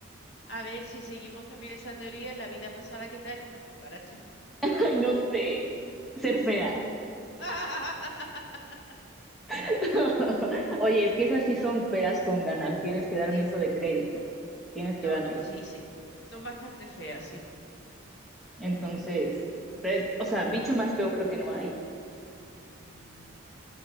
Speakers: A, on the left; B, in the centre.
A: A ver si seguimos también esa teoría en la vida pasada que te ha hecho una cucaracha.
B: <laughs> Ay, no sé. Ser fea.
A: <laughs>
B: <laughs> Oye, es que esas sí son feas con ganas. Tienes que darme
A: Sí,
B: eso de crédito. Tienes
A: no,
B: que dármelo.
A: no, sí, sí. Son bastante feas, sí.
B: Entonces, pues, o sea, bicho más feo creo que no hay.
A: Mm,